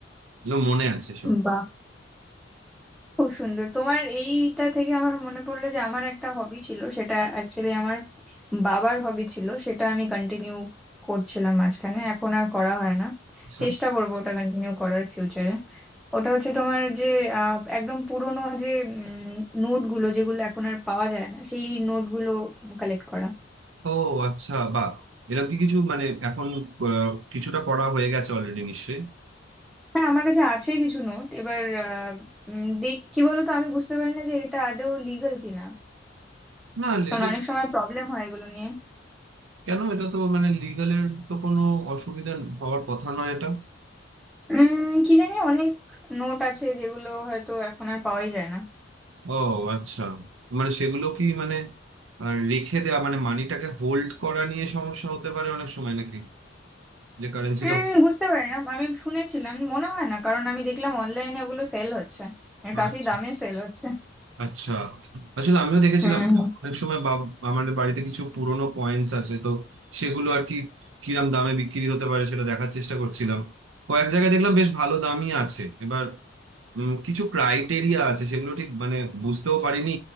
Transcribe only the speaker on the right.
এগুলো মনে আছে সব
আচ্ছা
ও আচ্ছা বা এরকম কি কিছু মানে এখন আহ, কিছুটা করা হয়ে গেছে অলরেডি নিশ্চয়ই
না
এটা
কেন এটা তো মানে লিগালের তো কোনো অসুবিধা হওয়ার কথা নয় এটা
ও আচ্ছা মানে সেগুলো কি মানে আর রেখে দেওয়া মানে মানিটাকে হোল্ড করা নিয়ে সমস্যা হতে পারে অনেক সময় নাকি যে কারেন্সিটা
আচ্ছা
আচ্ছা আসলে আমিও দেখেছিলাম
মানে
অনেক সময় বাব আমাদের বাড়িতে কিছু পুরনো কয়েন্স আছে তো সেগুলো আর কি কিরাম দামে বিক্রি হতে পারে সেটা দেখার চেষ্টা করছিলাম কয়েক জায়গায় দেখলাম বেশ ভালো দামই আছে এবার উম, কিছু ক্রাইটেরিয়া আছে সেগুলো ঠিক মানে বুঝতেও পারিনি